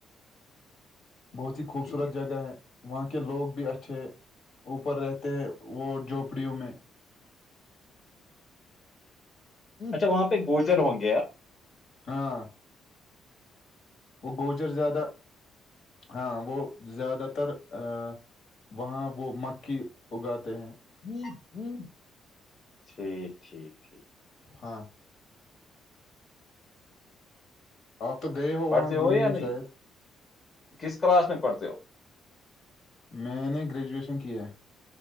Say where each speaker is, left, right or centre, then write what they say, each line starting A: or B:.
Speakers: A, on the left; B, on the left.
A: بہت ہی خوبصورت
B: ٹھیک
A: جگہ ہے وہاں کے لوگ بھی اچھے اوپر رہتے ہیں وہ جھونپڑیوں میں
B: اچھا وہاں پہ گوجر ہوں گے
A: ہاں وہ گوجر زیادہ ہاں وہ زیادہ تر ا وہاں وہ مکی اگاتے ہیں
B: ٹھیک ٹھیک ٹھیک ہے <inaudible>
A: ہاں آپ تو گئے ہو
B: پڑھتے
A: وہاں گھومنے
B: یا نہیں
A: شاید
B: کس کلاس میں پڑھتے ہو
A: میں نے گریجویشن کیا